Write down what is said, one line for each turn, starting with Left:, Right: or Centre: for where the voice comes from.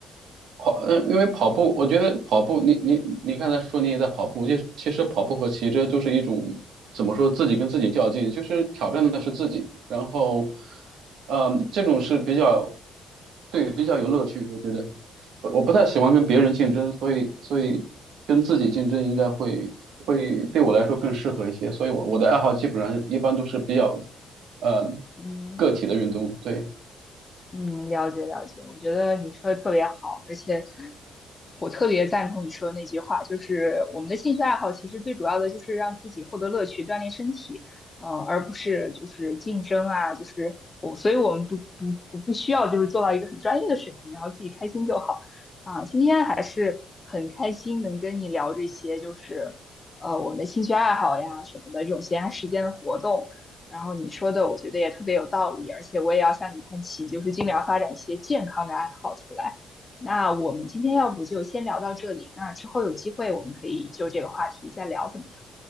Right: 跑，嗯，因为跑步，我觉得跑步，你你你刚才说你也在跑步，就其实跑步和骑车就是一种怎么说，自己跟自己较劲，就是挑战的是自己。然后，嗯，这种是比较，对，比较有乐趣，我觉得。呃我不太喜欢跟别人竞争，所以所以跟自己竞争应该会会对我来说更适合一些。所以我，我的爱好基本上一般都是比较，呃，
Left: 嗯，
Right: 个体的运动。对，
Left: 嗯，了解了解，我觉得你说的特别好，而且我特别赞同你说的那句话，就是我们的兴趣爱好其实最主要的就是让自己获得乐趣，锻炼身体，呃，而不是就是竞争啊，就是我，所以我们不不不不需要就是做到一个很专业的水平，然后自己开心就好啊。今天还是很开心能跟你聊这些，就是呃我们的兴趣爱好呀什么的这种闲暇时间的活动。然后你说的，我觉得也特别有道理，而且我也要向你看齐，就是尽量发展一些健康的爱好出来。那我们今天要不就先聊到这里，那之后有机会我们可以就这个话题再聊，怎么样？